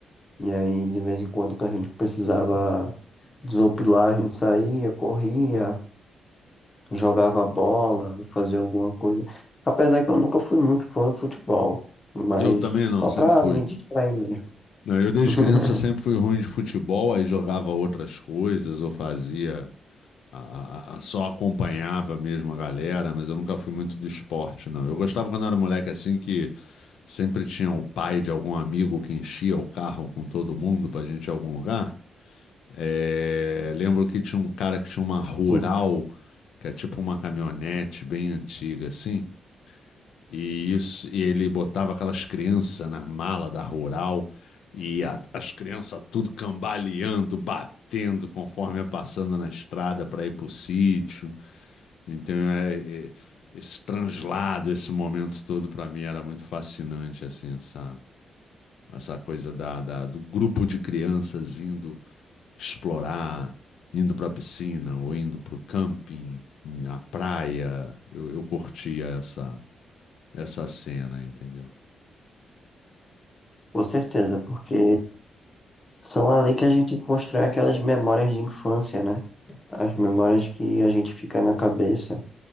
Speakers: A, on the left; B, on the left.
A: e aí de vez em quando que a gente precisava desopilar, a gente saía, corria, jogava bola, fazia alguma coisa. Apesar que eu nunca fui muito fã do futebol, mas
B: Eu também não,
A: só
B: sempre
A: pra
B: fui.
A: me distrair mesmo.
B: Não, eu desde
A: <laughs>
B: criança sempre fui ruim de futebol, aí jogava outras coisas ou fazia a- a- só acompanhava mesmo a galera, mas eu nunca fui muito do esporte, não. Eu gostava quando eu era moleque assim que sempre tinha o pai de algum amigo que enchia o carro com todo mundo pra gente ir a algum lugar. É, Lembro que tinha um cara que tinha uma rural,
A: Assim,
B: que é tipo uma caminhonete bem antiga assim, e isso e ele botava aquelas crianças na mala da rural e a- as crianças tudo cambaleando, batendo conforme ia passando na estrada para ir pro sítio. Então, é, é- esse translado, esse momento todo, para mim era muito fascinante, assim, essa, essa coisa da, da- do grupo de crianças indo explorar, indo para a piscina ou indo para o camping, à praia. Eu, eu curtia essa, essa cena, entendeu?
A: Com certeza, porque são ali que a gente constrói aquelas memórias de infância, né? As memórias que a gente fica na cabeça.